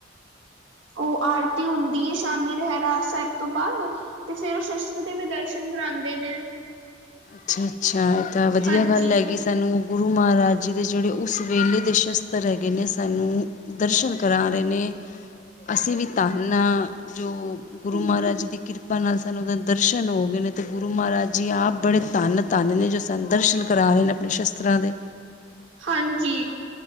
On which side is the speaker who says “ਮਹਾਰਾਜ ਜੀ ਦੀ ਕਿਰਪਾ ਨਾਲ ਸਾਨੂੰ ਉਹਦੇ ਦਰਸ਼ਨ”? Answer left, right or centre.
Left